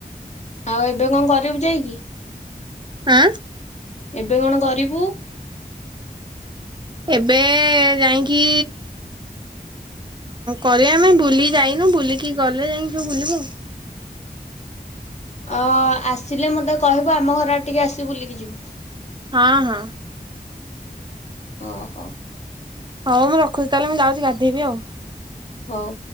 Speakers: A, on the left; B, on the right.
A: ଆଉ ଏବେ କଣ କରିବୁ ଯାଇକି?
B: ଆଁ
A: ଏବେ କଣ କରିବୁ?
B: ଏବେ ଯାଇକି କରିବା ଆମେ ବୁଲି ଯାଇନୁ ବୁଲିକି ଗଲେ ଯାଇକି ସବୁ ବୁଲିବୁ ଆଉ।
A: ଅ ଆସିଲେ ମତେ କହିବୁ ଆମ ଘରଡ ଟିକେ ଆସିବୁ ବୁଲିକି ଯିବୁ।
B: ହଁ ହଁ
A: ଓହୋ
B: ହଉ ମୁଁ ରଖୁଚି ତାହେଲେ। ମୁଁ ଯାଉଚି ଗାଧେଇବି ଆଉ।
A: ହଉ